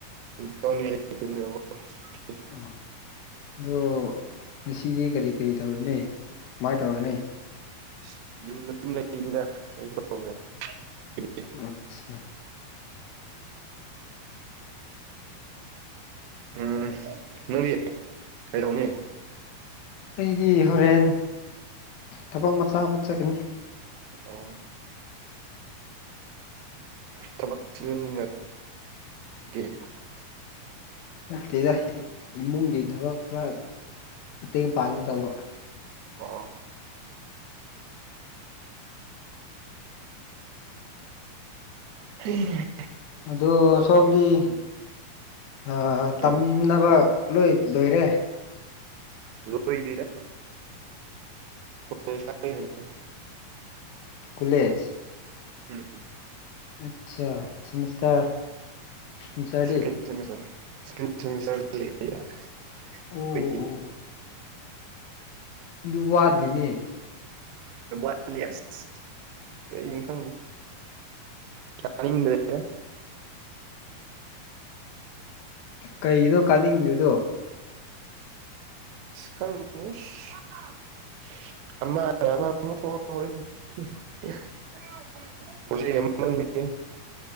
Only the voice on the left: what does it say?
ꯑ ꯑꯗꯨ ꯉꯁꯤꯗꯤ ꯀꯔꯤ ꯀꯔꯤ ꯇꯧꯔꯅꯤ ꯁꯃꯥꯏꯅ ꯇꯧꯔꯅꯤ
ꯑꯆꯥ
ꯑꯩꯗꯤ ꯍꯣꯔꯦꯟ ꯊꯕꯛ ꯃꯆꯥ ꯑꯃ ꯆꯠꯒꯅꯤ
ꯅꯠꯇꯦꯗ ꯏꯃꯨꯡꯒꯤ ꯊꯕꯛ ꯈꯔ ꯃꯇꯦꯡ ꯄꯥꯡꯉ‌ꯦ ꯇꯧꯕ
ꯑꯗꯣ ꯁꯣꯝꯗꯤ
ꯑꯥ ꯇꯝꯅꯕ
ꯂꯣꯏ ꯂꯣꯏꯔꯦ
ꯀꯨꯂꯦꯖ
ꯑꯠꯆꯥ ꯁꯤꯃꯤꯁꯇꯔ ꯁꯤꯃꯤꯁꯇꯔꯗꯤ
ꯑꯣ ꯑꯣ ꯑꯗꯨ ꯋꯥꯗꯦꯅꯦ
ꯀꯩꯒꯤꯅꯣ ꯀꯥꯅꯤꯡꯗ‌ꯦꯗꯣ